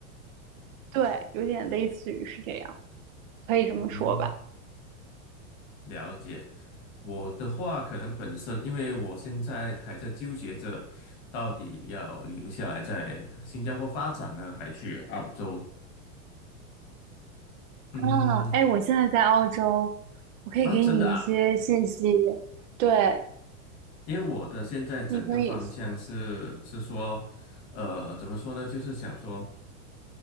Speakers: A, on the right; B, on the left.
A: 对，有点类似于是这样，可以这么说吧。
B: 嗯，了解。我的话，可能本身因为我现在还在纠结着，到底要留下来在新加坡发展呢，还去澳洲？嗯，
A: 啊，哎，我现在在澳洲，我可以给你一些信息，
B: 啊，真的啊，
A: 对，
B: 因为我的现在整个方向是是说，
A: 你可以，
B: 呃，怎么说呢？就是想说。